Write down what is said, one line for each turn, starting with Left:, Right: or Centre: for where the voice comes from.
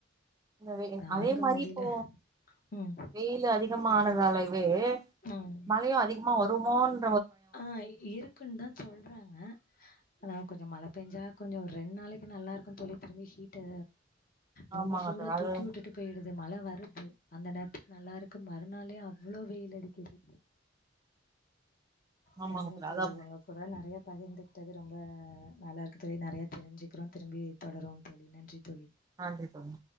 Right: இந்த வெ
Left: தாங்க
Right: அதே மாரி
Left: முடியல.
Right: இப்போ
Left: ம்.
Right: வெயில் அதிகமானதால வே
Left: ம்.
Right: மழையு அதிகமா வருமோனு
Left: ஆ இருக்குன்னுதா சொல்றாங்க ஆனா கொஞ்சோ மழ பேஞ்சா கொஞ்சோ ரெண்நாளைக்கு நல்லாயிருக்கு தோழி திரும்பி ஹீட்டு ரொம்ப
Right: ஆமாங்க
Left: சூட
Right: தோழி அது
Left: தூக்கி வுட்டுட்டு போயிடு து மழ வருது அந்த நேரத்துக்கு நல்லா இருக்கு மறுநாளே அவ்ளோ வெயில் அடிக்குது
Right: ஆமாங்க
Left: சரிங்க தோழி
Right: அதா
Left: உங்க கூட நறைய பகிர்ந்துக்கிட்டது ரொம்ப நல்லாருக்கு தோழி நறையா தெரிஞ்சிக்றோ திரும்பி தொடருவோ தோழி, நன்றி தோழி,
Right: நன்றி தோழி